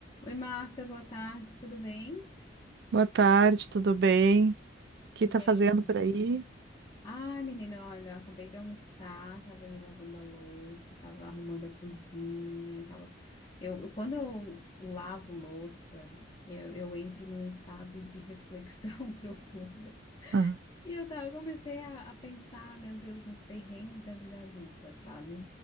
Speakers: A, on the left; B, on the right.
A: Oi, Marta, boa tarde, tudo bem?
B: Boa tarde, tudo bem? O que
A: E
B: tá fazendo
A: aí?
B: por aí?
A: Ai, menina, olha, eu acabei de almoçar, tava ali lavando a louça, tava arrumando a cozinha, tava... Eu, eu- quando eu lavo louça, eu, eu entro num estado de reflexão <laughs> profunda.
B: Aham,
A: E eu tava, eu comecei a, a pensar, meu Deus, nos perrengues da vida adulta, sabe?